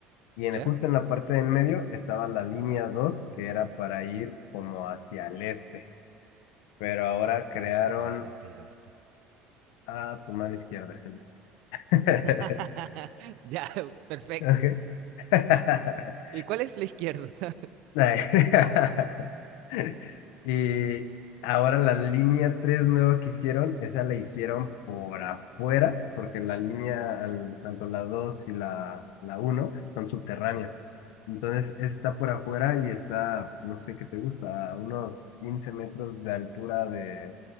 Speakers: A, on the left (about 80°); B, on the right (about 65°).
A: y en,
B: ¿Ya?
A: justo en la parte de en medio estaba la línea 2 que era para ir como hacia el este. Pero ahora
B: Yo nunca
A: crearon
B: puedo saber cuál es el este y el oeste.
A: a tu mano izquierda, es el este.
B: <laughs>
A: <laughs>
B: Ya, perfecto.
A: Ok. <laughs>
B: ¿Y cuál es la izquierda? <laughs>
A: <laughs> Y ahora la línea 3 nueva que hicieron, esa la hicieron por afuera, porque la línea, al- tanto la 2 y la, la uno son subterráneas. Entonces está por afuera y está, no sé qué te gusta, a unos 15 metros de altura de,